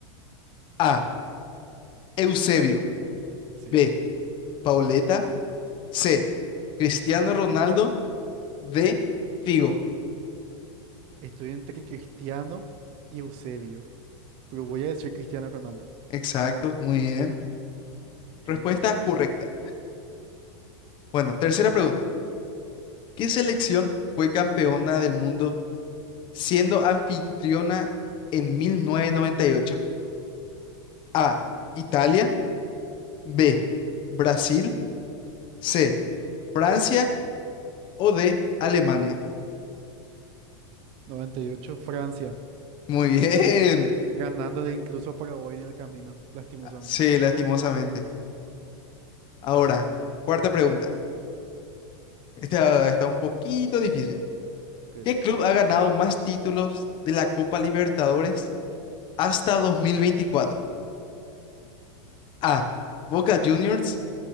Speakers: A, on the left; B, on the right.
A: A. Eusebio.
B: Sí.
A: B. Pauleta. C. Cristiano Ronaldo. D. Figo.
B: Estoy entre Cristiano y Eusebio, pero voy a decir Cristiano Ronaldo.
A: Exacto, muy bien.
B: Ok.
A: Respuesta correcta. Bueno, tercera pregunta. ¿Qué selección fue campeona del mundo siendo anfitriona en mil novecientos noventa y ocho A. Italia. B. Brasil. C. Francia. O D. Alemania.
B: Noventa y ocho Francia,
A: Muy bien.
B: ganándole incluso para hoy en el camino, lastimosamente.
A: Sí, lastimosamente. Ahora, cuarta pregunta. Esta está un poquito difícil.
B: Ok.
A: ¿Qué club ha ganado más títulos de la Copa Libertadores hasta dos mil veinticuatro A. Boca Juniors.